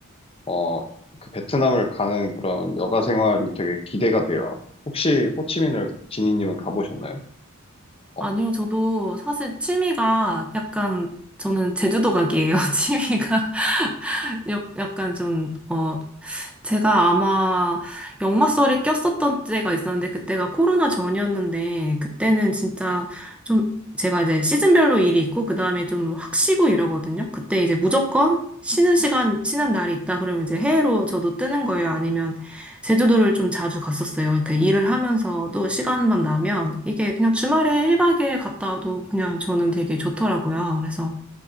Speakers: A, on the left; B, in the centre.
A: 어, 그 베트남을 가는 그런 여가 생활이 되게 기대가 돼요. 혹시 호치민을 지니님은 가보셨나요? 어,
B: 아니요, 저도 사실 취미가 약간, 저는 제주도 가기예요. <laughs> 취미가 약- 약간 좀, 어, 제가 아마 역마살이 꼈었던 때가 있었는데 그때가 코로나 전이었는데 그때는 진짜 좀 제가 이제 시즌별로 일이 있고 그다음에 좀 확 쉬고 이러거든요. 그때 이제 무조건 쉬는 시간 쉬는 날이 있다 그러면 이제 해외로 저도 뜨는 거예요. 아니면 제주도를 좀 자주 갔었어요. 이렇게 일을 하면서도 시간만 나면 이게 그냥 주말에 1박 에일 갔다 와도 그냥 저는 되게 좋더라고요. 그래서